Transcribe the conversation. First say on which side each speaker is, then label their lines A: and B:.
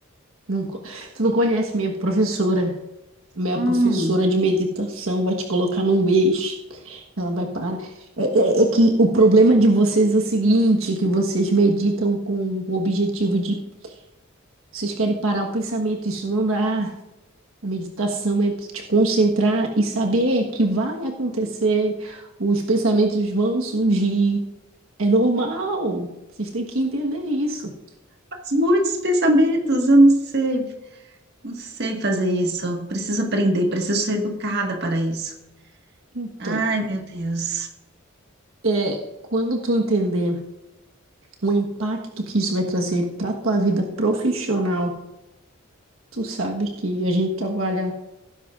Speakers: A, on the right; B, on the right.
A: Não, co- tu não conhece minha professora. Minha
B: Hum,
A: professora de meditação vai te colocar num eixo. Ela vai parar. É, é- é que o problema de vocês é o seguinte, que vocês meditam com o objetivo de... Vocês querem parar o pensamento, isso não dá. A meditação é te concentrar e saber que vai acontecer, os pensamentos vão surgir. É normal. Vocês têm que entender isso.
B: mas muitos pensamentos, eu não sei, não sei fazer isso. Preciso aprender, preciso ser educada para isso.
A: Então,
B: Ai, meu Deus.
A: é, quando tu entender o impacto que isso vai trazer para tua vida profissional, tu sabe que a gente trabalha